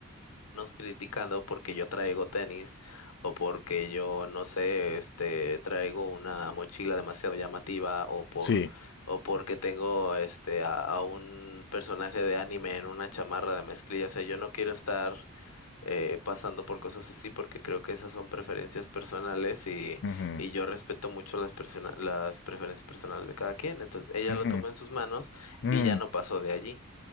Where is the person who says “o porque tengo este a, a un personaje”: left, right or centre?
Left